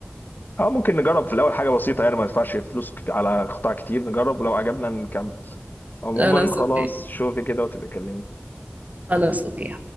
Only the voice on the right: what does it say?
خلاص
اوكي
خلاص اوكي